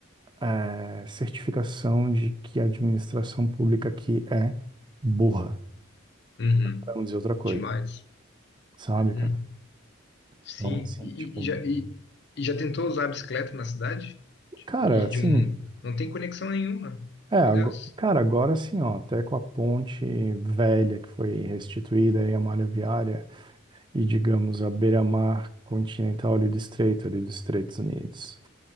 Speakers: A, on the right (about 20°); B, on the left (about 55°).
A: eh, certificação de que a administração pública aqui é burra,
B: Uhum,
A: pra não dizer outra coisa,
B: demais.
A: sabe,
B: Uhum.
A: cara?
B: Sim,
A: Então, assim,
B: e,
A: tipo,
B: e- já,
A: meu...
B: e, e já tentou usar a bicicleta na cidade?
A: Cara,
B: E
A: assim,
B: de um. Não tem conexão nenhuma.
A: É, ago-
B: Meu Deus.
A: cara, agora sim, ó, até com a ponte velha que foi restituída aí, a malha viária, e digamos a beira-mar continental ali do estreito, ali dos Estados Unidos.